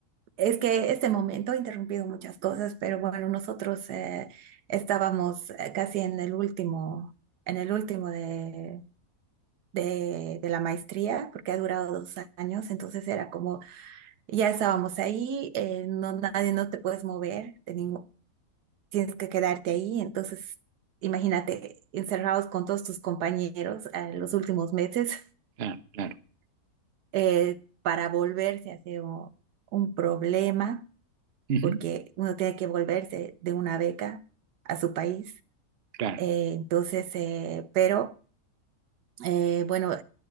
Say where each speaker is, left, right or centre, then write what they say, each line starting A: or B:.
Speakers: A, on the right (about 80°); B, on the right (about 50°).
A: Es que este momento ha interrumpido muchas cosas, pero bueno, nosotros eh, estábamos eh, casi en el último, en el último de, de, de la maestría, porque ha durado dos años, entonces era como, ya estábamos ahí, eh, no, nadie, no te puedes mover, de ningún- tienes que quedarte ahí, entonces imagínate, encerrados con todos tus compañeros eh, los últimos meses,
B: Claro, claro.
A: <laughs> eh, para volverse ha sido un problema
B: Ujú,
A: porque uno tiene que volverse de una beca a su país.
B: claro.
A: Eh, entonces, eh, pero eh, bueno,